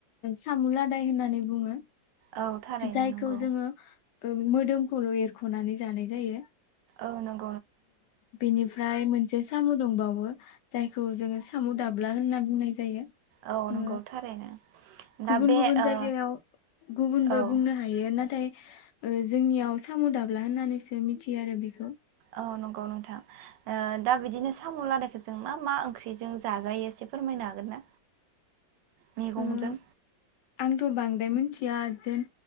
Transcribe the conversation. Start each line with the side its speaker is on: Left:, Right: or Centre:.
Left: सामु लादाय होननानै बुङो।
Right: औ थारैनो
Left: जायखौ
Right: नंगौ
Left: जोङो- मोदोमखौल' एरख'नानै जानाय जायो।
Right: औ नों -
Left: बिनिफ्राय मोनसे- साम' दंबावो जायखौ जोङो साम' दाबला होनना बुंनाय जायो।
Right: औ नंगौ
Left: ओ
Right: थारैनो। दा
Left: गुबुन
Right: बे
Left: गुबुन जायगायाव
Right: ओ
Left: गुबुनबो
Right: औ
Left: बुंनो हायो नाथाय- ओ जोंनियाव साम' दाबला होननानैसो मिथियो आरो बेखौ।
Right: औ नंगौ नोंथां ओ दा बिदिनो साम' लदायखौ जों मा मा ओंख्रिजों जाजायो एसे फोरमायनो हागोन ना? मैगंजों
Left: उम आंथ' बांद्राय मिथि- खुया जेन